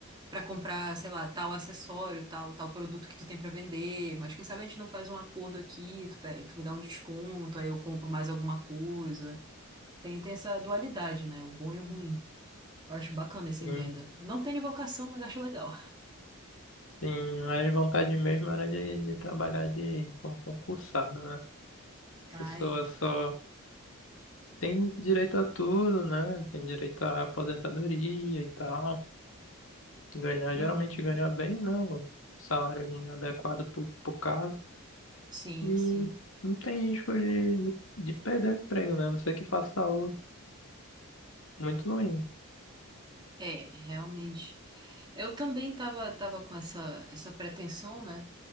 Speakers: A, on the right; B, on the left.
A: Pra comprar, sei lá, tal acessório, tal, tal produto que tu tem pra vender, mas quem sabe a gente não faz um acordo aqui, tu, pe- tu me dá um desconto, aí eu compro mais alguma coisa. Tem, tem essa dualidade, né? O bom e o ruim. Eu acho bacana esse
B: Sim,
A: em venda. Não tenho vocação, mas acho legal.
B: sim, mas vontade mesmo era de, de trabalhar de, como concursado, né? A
A: Ah,
B: pessoa
A: é.
B: só tem direito a tudo, né? Tem direito à aposentadoria e tal. Ganhar,
A: Uhum.
B: geralmente ganhar bem, né? O salário ali adequado pro, pro cargo.
A: Sim,
B: E
A: sim.
B: não tem risco de, de perder o emprego, né? A não ser que faça algo muito ruim.
A: É, realmente. Eu também tava, tava com essa, essa pretensão, né?